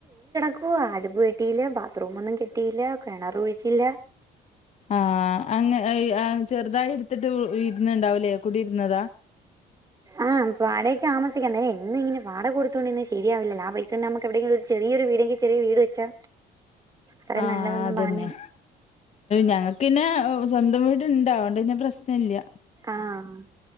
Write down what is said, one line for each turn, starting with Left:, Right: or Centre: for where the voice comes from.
Right: ക്കുവാ അടുപ്പ്‌ കെട്ടിയില്ല ബാത്റൂം ഒന്നും കെട്ടിയില്ല കിണറ് കുഴിച്ചില്ല
Left: ആഹ് അങ്ങ് ചെറുതായി എടുത്തിട്ട് ഇരുന്നുണ്ടാവിലേ കുടിയിരുന്നതാ
Right: ആഹ് വാടകയ്ക്ക് താമസിക്കണ്ട് എന്നും ഇങ്ങനെ വാടക കൊടുത്തുകൊണ്ടിരുന്നാ ശരിയാവില്ലല്ലാ ആ പൈസ ഉണ്ടെ നമുക്ക് എവിടെങ്കിലും ഒരു ചെറിയൊരു വീടെങ്കിൽ ചെറിയ വീട് വെച്ചാ അത്രയും
Left: ആഹ്
Right: നല്ലതെന്നും
Left: അതന്നെ
Right: പറഞ്ഞു
Left: ഞങ്ങക്കിന്നെ ഓ സ്വന്തം വീട് ഇണ്ട് അതുകൊണ്ട് പിന്നെ പ്രശ്ന ഇല്യ
Right: ആഹ്